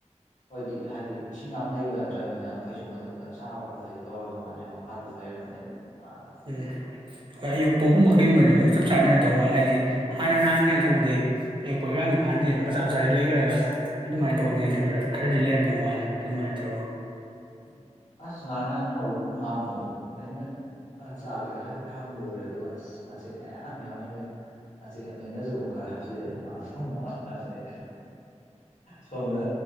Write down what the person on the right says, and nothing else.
ꯎꯝ ꯍꯣꯏ ꯑꯌꯨꯚꯒꯨꯝꯕ ꯀꯩꯒꯨꯝꯕꯗꯨ ꯆꯞ ꯆꯥꯟꯅꯅ ꯇꯧ ꯃꯥꯜꯂ ꯍꯥꯏꯗꯤ ꯍꯥꯟꯅ ꯅꯍꯥꯟ ꯀꯩꯅꯣ ꯇꯧꯕꯗꯒꯤ ꯑꯌꯛꯄꯔꯥꯡꯁꯤ ꯐꯍꯟꯗꯦꯗꯅ ꯃꯆꯥ ꯃꯆꯥꯁꯤ ꯂꯩꯈ꯭ꯔꯒ ꯑꯗꯨꯃꯥꯏꯅ ꯇꯧꯕꯅꯦ
ꯑꯩ ꯈꯟꯗꯔꯥ ꯈꯔꯗꯤ ꯂꯩꯔꯝꯗꯧ ꯃꯥꯜꯂꯦ ꯑꯗꯨꯃꯥꯏꯅ ꯇꯧꯔꯒ